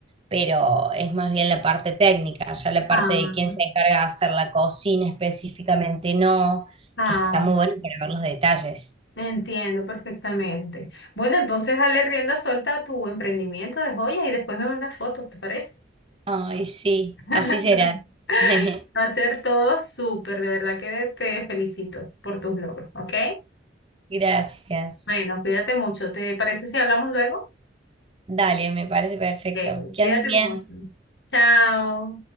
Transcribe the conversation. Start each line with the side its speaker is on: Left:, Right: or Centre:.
Right: pero es más bien la parte técnica, ya la parte
Left: Ah,
Right: de quién se encarga de hacer la cocina específicamente no,
Left: ah,
Right: que está muy bueno para ver los detalles.
Left: entiendo perfectamente. Bueno, entonces dale rienda suelta a tu emprendimiento de joyas y después me mandas fotos, ¿te parece?
Right: Ay, sí,
Left: <laughs>
Right: así será. <laughs>
Left: Va a ser todo súper, de verdad que te felicito por tus logros, ¿ok?
Right: Gracias.
Left: Bueno, cuídate mucho. ¿Te parece si hablamos luego?
Right: Dale, me parece perfecto.
Left: Ok,
Right: Que
Left: Cuídate
Right: andes bien.
Left: mucho. Chao.